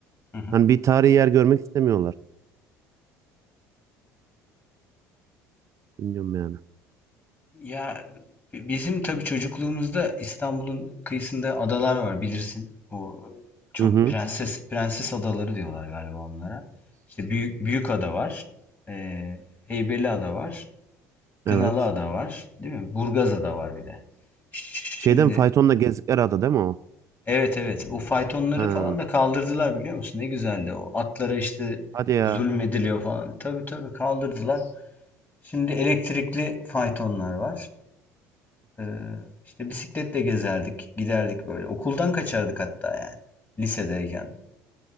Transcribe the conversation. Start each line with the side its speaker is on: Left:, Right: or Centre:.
Left: Hı hı.
Right: Hani bir tarihi yer görmek istemiyorlar. Bilmiyorum yani.
Left: Ya bizim tabii çocukluğumuzda İstanbul'un kıyısında adalar var bilirsin. O çok
Right: Hı hı.
Left: Evet. prenses prenses adaları diyorlar galiba onlara. İşte büyük büyük ada var. Ee, Heybeliada var. Kınalıada
Right: Evet.
Left: var, değil mi? Burgazada var bir de. Şimdi
Right: Şeyden faytonla gezdikleri ada değil mi o?
Left: evet evet o faytonları
Right: Ha.
Left: falan da kaldırdılar biliyor musun? Ne güzeldi o. Atlara işte
Right: Hadi ya.
Left: zulmediliyor falan. Tabii tabii kaldırdılar. Şimdi elektrikli faytonlar var. Ee, işte bisikletle gezerdik, giderdik böyle. Okuldan kaçardık hatta yani. Lisedeyken.